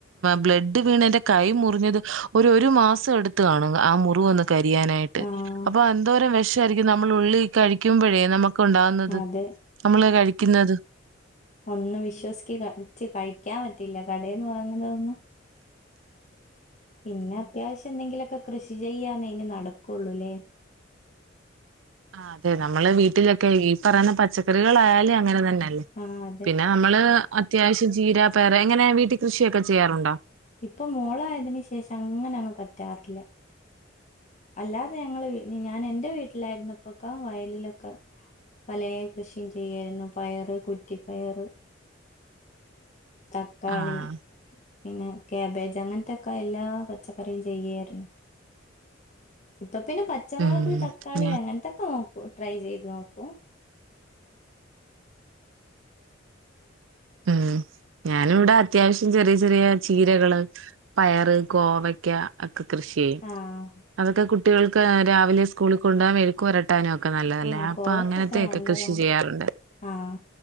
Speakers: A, on the right; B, on the left.
A: ബ്ലഡ്‌ വീണ കൈ മുറിഞ്ഞത് രു ഒരു മാസം എടുത്തു കാണും ആ മു <inaudible> കരിയാനായിട്ട്
B: ആഹ്
A: അപ്പൊ എന്തോരം വേഷ് <unintelligible> നമ്മൾ ഉള്ളിൽ കഴിക്കുമ്പോഴേ നമു കുണ്ടാവുന്നത്
B: അതെ
A: നമ്മള് കഴ ഇന്നത്
B: ഒന്നും വിശ്വസിച്ചി കഴച്ച് കഴിക്കാൻ പറ്റില്ല കാടെന്നു വാങ്ങുന്നതൊന്നും പിന്നെ അത്യാവശ്യം എന്തെങ്കിലോക്കെ കൃഷി ചെയ്യാന്ന ഇനി നടക്കുള്ളൂല്ലേ
A: ആ അതെ നമ്മള് വീട്ടിലൊക്കെ ഈ പറയണ പച്ചക്കറികളായാലേ അങ്ങനെ തന്നെ അല്ല്
B: ആഹ് അതെ
A: പിന്നെ നമ്മള് അത്യാവശ്യം ചീര പേറ എങ്ങനെ വീട്ടീ കൃഷിയൊക്കെ ചെയ്യാറുണ്ടോ
B: ഇപ്പൊ മോളായതിന് ശേഷം അങ്ങനെ അങ്ങ് പറ്റാറില്ല. അല്ലാതെ ഞങ്ങള് ഞാന് എന്റെ വീ ട്ടിലായിരുന്നപ്പൊക്കെ വയലിലൊക്കെ പലേ കൃഷിയും ചെയ്യായിരുന്നു പയറ്, കുറ്റിപ്പയറ് തക്കാളി
A: ആഹ്
B: പിന്നെ കാബേജ് അങ്ങനത്തെക്കെ എല്ലാ പച്ചക്കറിയും ചെയ്യായിരുന്നു ഇപ്പൊ പിന്നെ പച്ചമുളക്
A: ഉം
B: തക്കാളി
A: ഞാ
B: അങ്ങനത്തൊക്കെ നോ പ്പൊ ട്രൈ ചെയ്ത് നോക്കും
A: ഉം ഞാനുവിടെ അത്യാവശ്യം ചെറിയ ചെറിയ ചീരകള്, പയറ്, കോവക്ക, ക്കെ കൃഷി ചെയ്യും.
B: ആഹ്
A: അതൊക്കെ കുട്ട് ട്ടികൾക്ക് രാവിലെ സ്കൂളീ കൊണ്ടാ മെഴുക്കുവരട്ടാനും. ഒക്കെ നല്ലതല്ലേ
B: ആഹ്
A: അപ്പൊ
B: കോവയ്ക്കൊക്കെ
A: അങ്ങനത്തെക്കെ
B: നല്ലതാണ്
A: കൃഷി ചെയ്യാറുണ്ട്
B: ആഹ്